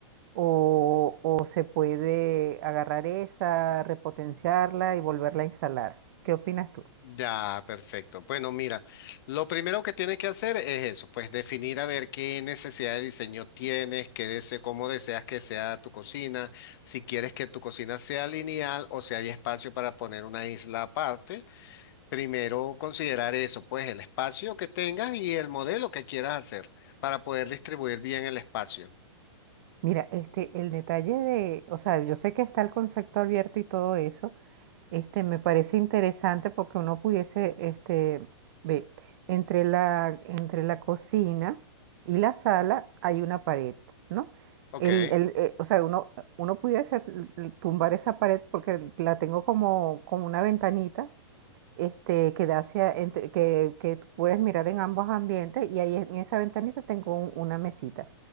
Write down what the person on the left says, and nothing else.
Ya, perfecto. Bueno, mira, lo primero que tienes que hacer es eso, pues definir a ver qué necesidad de diseño tienes, qué dese- cómo deseas que sea tu cocina, si quieres que tu cocina sea lineal o si hay espacio para poner una isla aparte. Primero considerar eso, pues el espacio que tengas y el modelo que quieras hacer para poder distribuir bien el espacio.
Ok.